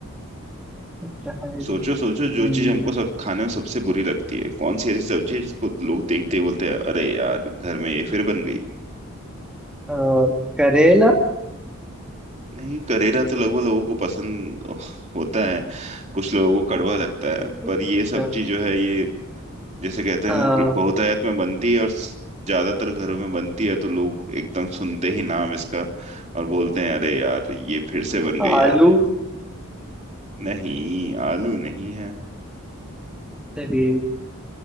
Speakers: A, in the centre; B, on the right.
A: अच्छा है
B: सोचो सोचो जो
A: हम्म,
B: चीज हमको सब खाने में सबसे बुरी लगती है कौन सी ऐसी सब्जी है जिसको लोग देखते ही बोलते हैं अरे यार घर में ये फिर बन गई
A: आ, करेला
B: नहीं करेला तो लगभग लोगों को पसंद होता है कुछ लोगों को कड़वा लगता है
A: अच्छा
B: पर ये सब्जी जो है ये जैसे कहते
A: आ,
B: हैं कि बहुतायत में बनती है और स- ज्यादातर घरों में बनती है तो लोग एकदम सुनते ही नाम इसका और बोलते हैं अरे यार ये फिर से बन गई
A: आलू
B: आज नहीं आलू नहीं है
A: अरे